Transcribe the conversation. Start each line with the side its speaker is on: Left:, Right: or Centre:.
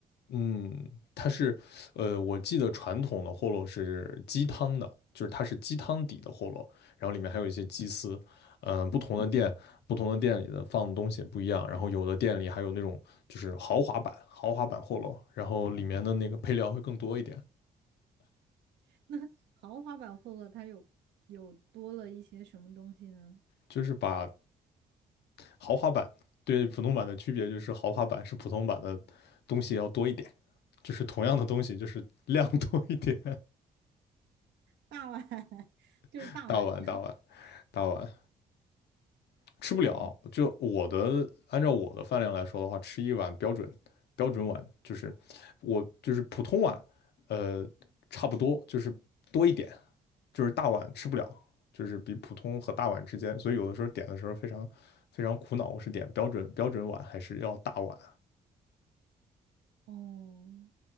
Left: 嗯，它是，呃，我记得传统的货饹是鸡汤的，就是它是鸡汤底的货饹，然后里面还有一些鸡丝，呃，不同的店，不同的店里的放的东西也不一样，然后有的店里还有那种就是豪华版，豪华版货饹，然后里面的那个配料会更多一点，
Right: <laughs> 那豪华版霍洛它有有多了一些什么东西呢？
Left: 就是把豪华版对普通版的区别就是豪华版是普通版的东西要多一点，就是同样的东西就是量多一点，
Right: 大碗，<laughs> 就是大碗的，
Left: <laughs> 大碗大碗大碗，吃不了。
Right: 对，
Left: 就我的，按照我的饭量来说的话，吃一碗标准标准碗，就是我就是普通碗，呃，差不多就是多一点，就是大碗吃不了，就是比普通和大碗之间。所以有的时候点的时候非常非常苦恼，我是点标准标准碗还是要大碗？
Right: 哦。